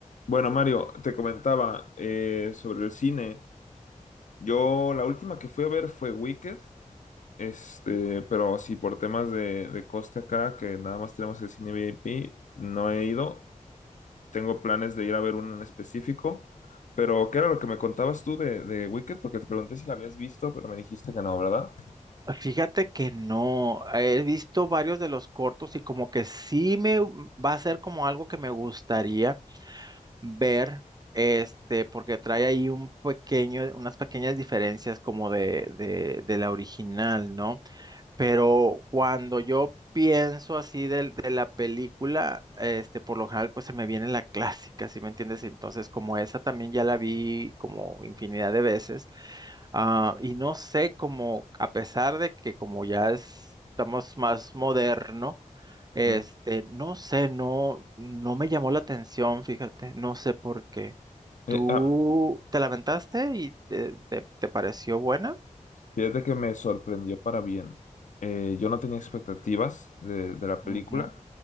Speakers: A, on the left; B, on the right.
A: Bueno, Mario, te comentaba eh, sobre el cine. Yo la última que fui a ver fue Wicked, este, pero así por temas de, de coste acá, que nada más tenemos el cine VIP, no he ido. Tengo planes de ir a ver uno en específico, pero ¿qué era lo que me contabas tú de, de Wicked? Porque te pregunté si la habías visto, pero me dijiste que no, ¿verdad?
B: Fíjate que no, he visto varios de los cortos y como que sí me va a ser como algo que me gustaría ver, este, porque trae ahí un pequeño, unas pequeñas diferencias como de, de, de la original, ¿no? Pero cuando yo pienso así del- de, la película, este, por lo general, pues se me viene la clásica, ¿sí me entiendes? Entonces, como esa también ya la vi como infinidad de veces, ah, y no sé, como a pesar de que como ya es- estamos más moderno, este,
A: Ujú.
B: no sé, no, no me llamó la atención, fíjate, no sé por qué.
A: Eh,
B: ¿Tú
A: ah,
B: te lamentaste y te, te- te pareció buena?
A: Fíjate que me sorprendió para bien. Eh, yo no tenía expectativas de, de la película.
B: Ujú,